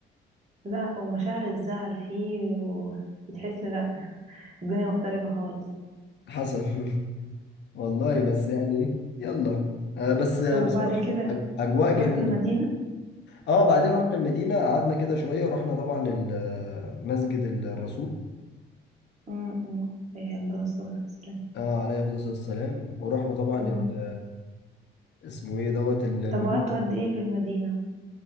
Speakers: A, on the right; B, on the left.
A: لا ومشاعر الزعل فيه وبتحس لا الدنيا مختلفة خالص
B: حصل <laughs> والله بس يعني ايه يلا آه بس بصراحه
A: طب وبعد كده
B: أج- اجواء جميله
A: رحتوا المدينة
B: اه بعدين
A: اه
B: رحنا المدينه قعدنا كده شويه ورحنا طبعا ال- مسجد الرسول
A: امم عليه أفضل الصلاة والسلام
B: اه عليه افضل الصلاه والسلام ورحنا طبعا
A: امم
B: ال- اسمه ايه دوت ال- المنبر
A: طب وقعدتوا قد إيه في المدينة